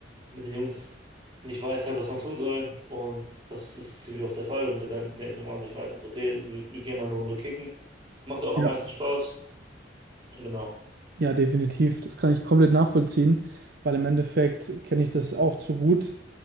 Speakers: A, on the right; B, on the right.
A: mit den Jungs nicht weiß, halt, was man tun soll. Und das ist ziemlich oft der Fall. Und dann, denkt man sich meistens, okay, wir, wir gehen mal eine Runde kicken. Macht auch
B: Ja.
A: am meisten Spaß. Genau.
B: Ja, definitiv. Das kann ich komplett nachvollziehen, weil im Endeffekt kenne ich das auch zu gut,